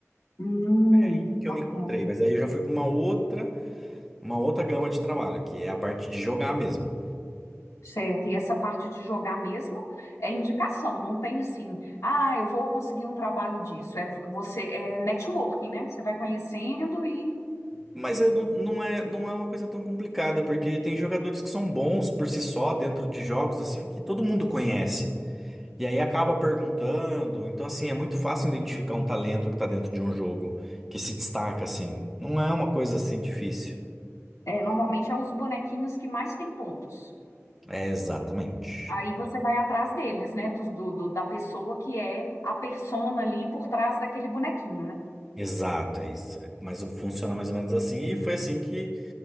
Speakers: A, on the left (about 90°); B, in the centre.
A: Hum,
B: E que
A: bacana.
B: eu me encontrei, mas aí eu já fui para uma outra, uma outra gama de trabalho, que é a parte de jogar mesmo.
A: Certo. E essa parte de jogar mesmo é indicação, não tem assim, ah, eu vou conseguir um trabalho disso. É você é networking, né? Você vai conhecendo e.
B: Mas é- não, não é, não é uma coisa tão complicada, porque tem jogadores que são bons por si só dentro de jogos assim que todo mundo conhece. E aí acaba perguntando, então assim, é muito fácil identificar um talento que está dentro de um jogo que se destaca assim. Não é uma coisa assim difícil.
A: É, normalmente é os bonequinhos que mais têm pontos.
B: É exatamente.
A: Aí você vai atrás deles, né? Dos- Do, do- da pessoa que é a persona ali por trás daquele bonequinho, né?
B: Exato, é isso. É, Mas funciona mais ou menos assim. E foi assim que